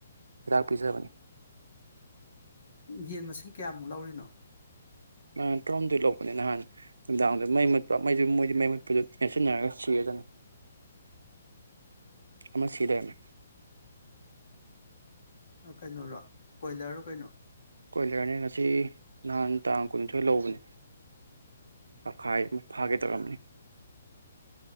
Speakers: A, on the right; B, on the left.
A: ꯍꯤꯗꯥꯛ ꯄꯤꯖꯕꯅꯤ
B: ꯌꯦꯟ ꯃꯁꯤꯡ ꯀꯌꯥꯃꯨꯛ ꯂꯧꯔꯤꯅꯣ
A: ꯅꯍꯥꯟ ꯇꯔꯨꯍꯨꯝꯗꯣꯏ ꯂꯧꯕꯅꯦ ꯅꯍꯥꯟ ꯅꯨꯡꯗꯥꯡꯗ ꯃꯩ ꯃꯨꯠꯄ ꯃꯩ ꯃꯣꯏꯗꯤ ꯃꯩ ꯃꯨꯠꯄꯗꯨꯗ ꯅꯦꯠꯁꯤꯟꯅꯔꯒ ꯁꯤꯔꯖꯥꯠꯅꯤ ꯑꯃ ꯁꯤ ꯂꯩꯔꯝꯃꯦ
B: ꯀꯩꯅꯣꯔꯣ ꯀꯣꯏꯂꯔꯔꯣ ꯀꯩꯅꯣ
A: ꯀꯣꯏꯂꯔꯅꯤ ꯉꯁꯤ ꯅꯍꯥꯟ ꯇꯥꯡ ꯀꯨꯟꯅꯤꯊꯣꯏ ꯂꯧꯕꯅꯤ ꯇꯪꯈꯥꯏꯃꯨꯛ ꯐꯥꯒꯦ ꯇꯧꯔꯝꯕꯅꯤ